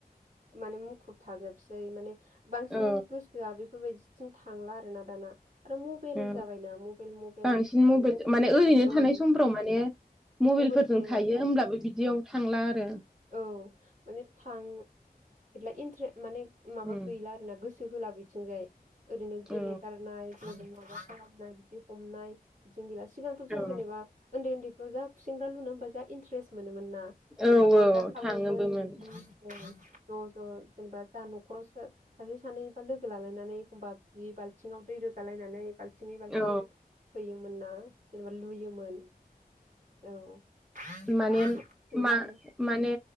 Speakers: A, on the right (about 50°); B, in the centre.
A: माने मुखुब थाजोबसै माने। बांसिन
B: औ
A: गोसोआ बे फोर बायदिथिं थांला आरोना दाना। आरो मबाइल
B: ओं
A: जाबायना मबेल मबेल
B: बांसिन
A: बिदिनो
B: मबाइल
A: मबेल
B: माने ओरैनो
A: औ
B: थानाय समफ्राव माने मबाइलफोरजों
A: मबेलसो नायनानै थायो
B: होमब्लाबो बिदियाव थांला आरो
A: औ माने थां <unintelligible> माने। माबा
B: उम
A: गैला आरोना गो गोसो होला बिथिंजाय। ओरैनो गेलेगारनाय
B: औ
A: माबा खालामनाय बिदि हमनाय इदिनो <unintelligible> सिगांथ' जों
B: औ
A: जेनेबा उन्दै उन्दैफोर जा खुसेंग्रा लुनो होनबा जा इन्टारेस मोनोमोन ना जेनबा
B: औ
A: रंजाखाङोमोन
B: औ थाङोबोमोन
A: बिदिनो ओ ज' ज' जेनेबा जा न'खराव सासे सानैबा लोगो लालायनानै एखमबा बि बाल्थिंआव दै रोगालायनानै बालथि बालथिंयै बालथिं
B: औ
A: होयो। मोनना। जेनेबा लुयोमोन। औ।
B: माने
A: दा बेफोर गैला
B: मा
A: आरो
B: माने।